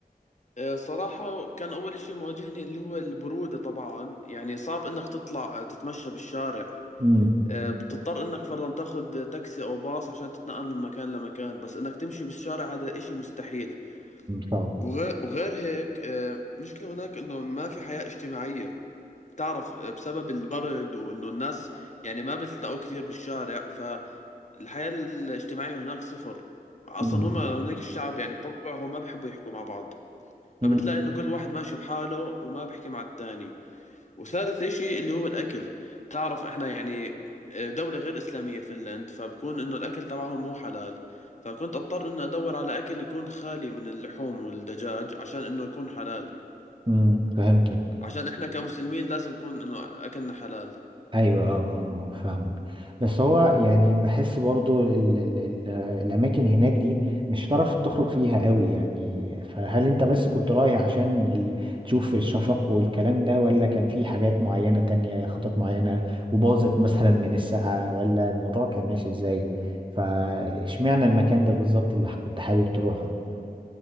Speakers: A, on the left (about 50°); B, on the right (about 30°).
A: آه، صراحة كان أول إشي مواجهني اللي هو البرودة طبعا يعني صعب إنك تطلع تتمشى بالشارع
B: امم
A: آه، بتضطر انك فرضا تاخذ تاكسي او باص عشان تتنقل من مكان لمكان بس انك تمشي بالشارع هذا اشي مستحيل
B: صعب
A: وغير, وغير هيك آه، مشكلة هناك انه ما في حياة اجتماعية تعرف آه، بسبب البرد وانه الناس يعني ما بتلتقوا كثير بالشارع فالحياة الاجتماعية هناك صفر اصلا
B: امم
A: هم هناك الشعب يعني بطبعهم ما بيحبوا يحكوا مع بعض
B: امم
A: فبتلاقي انه كل واحد ماشي بحاله وما بيحكي مع التاني وثالث إشي اللي هو الأكل تعرف إحنا يعني آه، دولة غير إسلامية فنلند فبكون إنه الأكل تبعهم مو حلال فكنت أضطر إنه أدور على أكل يكون خالي من اللحوم والدجاج عشان إنه يكون حلال
B: امم فهمتك
A: عشان إحنا كمسلمين لازم يكون إنه أكلنا حلال
B: ايوه اه اه آه، فاهمك بس هو يعني بحس برضو ال ال ال الاماكن هناك دي مش هتعرف تخرج فيها قوي يعني فهل انت بس كنت رايح عشان ال تشوف الشفق والكلام ده ولا كان في حاجات معينة تانية خطط معينة وباظت مثلا من السقعة ولا الموضوع كان ماشي ازاي فاشمعنى المكان ده بالظبط اللي كنت حابب تروحه